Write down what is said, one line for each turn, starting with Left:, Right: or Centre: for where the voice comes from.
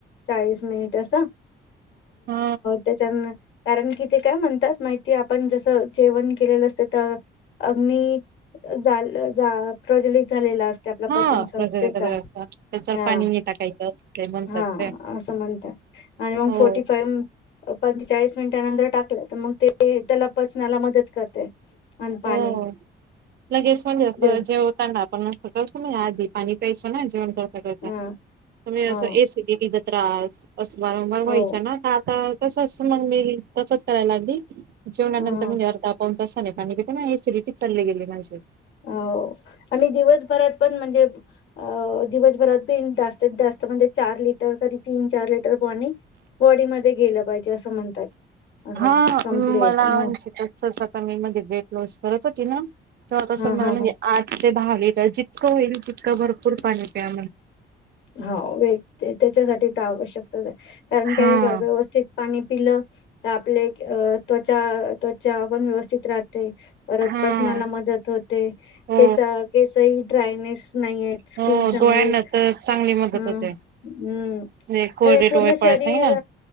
Left: चाळीस मिनिट्. तस अ
Right: हा
Left: त्याच्यान कारण कि ते काय म्हणतात माहिती आपण जसं जेवण केलेलं असतं तर, अग्नी जा जा प्रज्वलित झालेला असतो. आपला
Right: हा
Left: पचन संस्थेचा
Right: प्रजर वगैरे असतात त्याच्यावर
Left: हा
Right: पाणी नाही टाकायचं असं ते म्हणतात
Left: हा
Right: ते
Left: असं म्हणतात. आणि मग
Right: हो
Left: फोर्टी फाईव पंचेचाळीस मिनिट नंतर टाकलं तर मग ते त्याला पचण्याला मदत करते. आणि पाणी
Right: हो लगेच म्हणजे असं
Left: जे
Right: जेवताना आपण नसतो. तुम्ही या आदी पाणी प्यास ना जेवण करता करता
Left: ह
Right: तुम्ही अस
Left: हो
Right: एसिडिटीचा त्रास, अस वारंवार व्हायचा
Left: हो
Right: ना आता तसच मग मी तसच करायला लागली. जेवणानंतर
Left: ह
Right: म्हणे अर्धा पाऊ तासा नाही पाणी कि नाही एसिडिटी चालले गेली माझे.
Left: हो आणि दिवसभरात पण म्हणजे अ दिवस <unintelligible> जात म्हणजे चार लिटर तीन चार लिटर पाणी बॉडीमध्ये गेलं पाहिजे असं म्हणतात. असं
Right: हा
Left: कंप्लीट
Right: मला
Left: मग
Right: अचितचता मी मध्ये वेट लॉस करत होती ना! तर तसं
Left: हा
Right: मला
Left: हा
Right: म्हणजे
Left: ह
Right: आठ ते दहा लिटर जितकं होईल तितकं भरपूर पाणी प्या
Left: हा वेट त्याच्यासाठी तर आवश्यकच आहे कारण काय
Right: हा.
Left: व्यवस्थित पाणी पिलं तर आपले त्वचा त्वचा आपण व्यवस्थित राहते. परत
Right: हा
Left: पचनाला मदत होते
Right: हो
Left: केस- केस ड्रायनेस नाही आहेत स्किन
Right: हो
Left: चांगली
Right: डोळ्यांना तर चांगली मदत
Left: हम्म,
Right: होते.
Left: हम्म
Right: म्हणजे कोरडे
Left: आणि
Right: डोळे
Left: पूर्ण
Right: पडत
Left: शरीर
Right: नाही ना